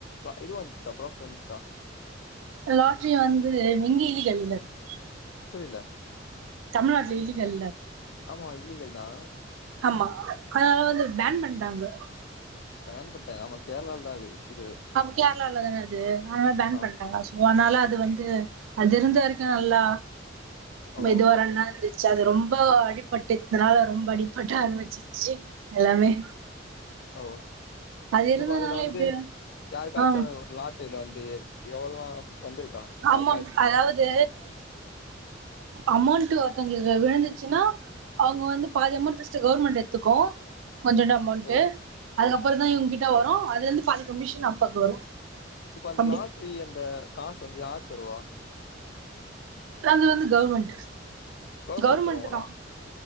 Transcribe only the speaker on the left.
இது வந்துச்சா பிராஃபிட் வந்துச்சா.
புரில.
ஆமா இல்லிகள் தான்.
பேன் பண் ஆமா கேரளால தா அது இது
ஆம்
ஓ
ஓ
இப்ப அதுல வந்து
யாருக்காச்சு
அ ஒரு லாட்ரில வந்து எவ்ளோ வந்திருக்கா யாருக்காச்சு
ஓ
இப்ப அந்த
லாட்ரி அந்த காசு வந்து யார் தருவா
கவர்மெண்ட்
தருவாங்களா